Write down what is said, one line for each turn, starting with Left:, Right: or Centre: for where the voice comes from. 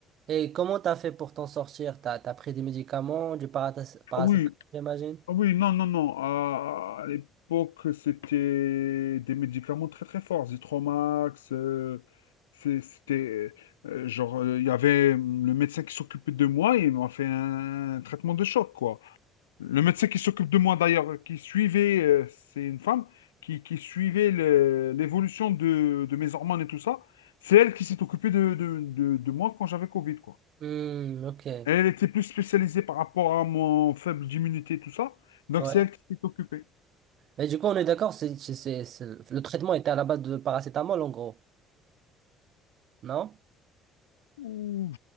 Right: Et comment t'as fait pour t'en sortir? T'as, t'as pris des médicaments, du paratas- paracétamol,
Left: Ah oui,
Right: j'imagine?
Left: ah oui, non, non, non. À, à l'époque, c'était des médicaments très très forts. Zitromax, euh, c'est- c'était... euh, genre, euh, il y avait hum, le médecin qui s'occupait de moi et il m'a fait un traitement de choc, quoi. Le médecin qui s'occupe de moi d'ailleurs, qui suivait, euh, c'est une femme, qui, qui suivait le- l'évolution de, de mes hormones et tout ça, c'est elle qui s'est occupée de, de, de- de moi quand j'avais Covid, quoi.
Right: Hmm, ok.
Left: Elle était plus spécialisée par rapport à mon faible immunité et tout ça, donc
Right: Ouais.
Left: c'est elle qui s'est occupée.
Right: Et du coup, on est d'accord, c'est, c'est, c'est- c'est- le traitement était à la base de paracétamol en gros, non?
Left: Ouh,